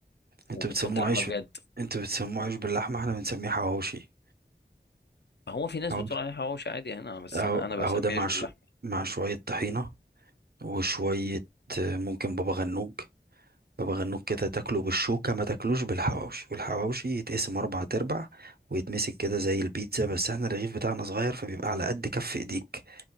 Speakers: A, on the right (about 60°); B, on the left (about 70°).
A: انتوا
B: وبتحط
A: بتسموه
B: لحمه
A: عيش
B: بجد
A: انتوا بتسموه عيش باللحمة احنا بنسميه حواوشي
B: ما هو في ناس
A: حواوشي
B: بتقول عليه حواوشي عادي هنا بس
A: اهو
B: انا انا بسميه
A: اهو ده مع
B: عيش باللحمه
A: ش... مع شوية طحينة وشوية آه، ممكن بابا غنوج بابا غنوج كده تاكله بالشوكة ما تاكلوش بالحواوشي والحواوشي يتقسم أربع تربع ويتمسك كده زي البيتزا بس احنا الرغيف بتاعنا صغير فبيبقى على قد كف ايديك